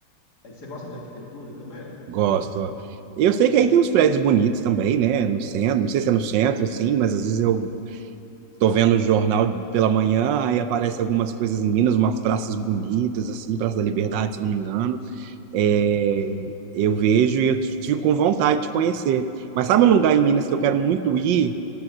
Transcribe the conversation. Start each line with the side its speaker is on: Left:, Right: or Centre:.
Left: aí, você gosta de arquitetura também?
Right: Gosto. ó. Eu sei que aí tem uns prédios bonitos também, né? No centro, não sei se é no centro, assim, mas às vezes eu tô vendo o jornal pela manhã, aí aparece algumas coisas em Minas, umas praças bonitas, assim, Praça da Liberdade, se eu não me engano. É,
Left: É, a praça.
Right: eu vejo e eu tive com vontade de conhecer. Mas sabe um lugar em Minas que eu quero muito ir?